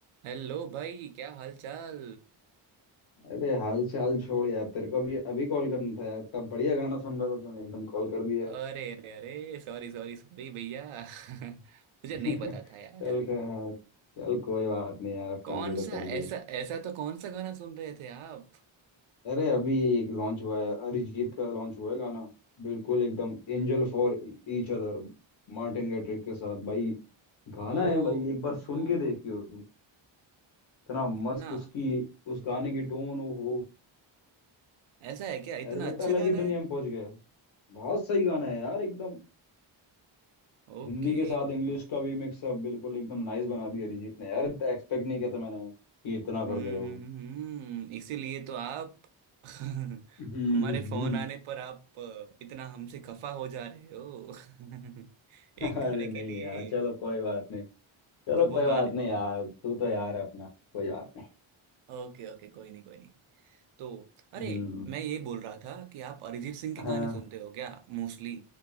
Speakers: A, on the right; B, on the left.
A: हेलो भाई क्या हाल चाल
B: अरे हाल चाल छोड़ यार तेरे को अभी अभी कॉल करना था यार तब बढ़िया गाना सुन रहा था तूने एकदम कॉल कर दिया
A: अरे अरे अरे सॉरी सॉरी सॉरी भैया <laughs> मुझे
B: <laughs>
A: नहीं पता था यार
B: चल क- हाँ, चल कोई बात नहीं यार अब
A: कौन
B: कर ली तो
A: सा
B: कर ली
A: ऐसा ऐसा तो कौन सा गाना सुन रहे थे आप
B: अरे अभी एक लॉन्च हुआ है अरिजीत का लॉन्च हुआ है गाना बिल्कुल एकदम angel for each other Martin Garrix के साथ भाई गाना
A: ओ
B: है भाई एक बार सुन
A: ओ
B: के देखियो तू इतना मस्त
A: इतना
B: उसकी उस गाने की टोन ओ हो
A: ऐसा है क्या
B: ऐसा
A: इतना
B: लगता
A: अच्छा
B: है अलग
A: गाना
B: ही दुनिया
A: है
B: में पहुंच गया बहुत सही गाना है यार एकदम
A: ओके
B: हिंदी के साथ इंग्लिश का भी मिक्सअप बिल्कुल एकदम नाइस बना दिया अरिजीत ने यार इतना एक्सपेक्ट नहीं किया था मैंने कि इतना
A: हम्म
B: कर देगा वो
A: हम्म, हम्म, इसीलिए तो आप <laughs>
B: हम्म
A: हमारे फोन आने पर आप इतना हमसे खफा हो जा रहे हो <laughs>
B: <laughs>
A: एक
B: अरे
A: गाने के
B: नहीं
A: लिए
B: यार चलो कोई बात नहीं चलो
A: तो वो
B: कोई बात
A: गाने
B: नहीं यार तू तो यार है अपना कोई बात नहीं
A: ओके ओके कोई नहीं कोई नहीं तो अरे
B: हम्म
A: मैं ये बोल रहा था कि आप अरिजीत सिंह के
B: हाँ
A: गाने सुनते हो क्या मोस्टली